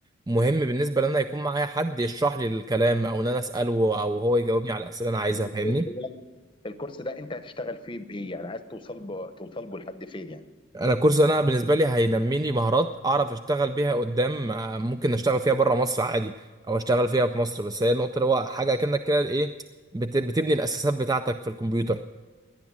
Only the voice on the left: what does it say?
الكورس
ده الكورس ده انت هتشتغل فيه بايه يعني عايز توصل ب... توصل به لحد فين يعني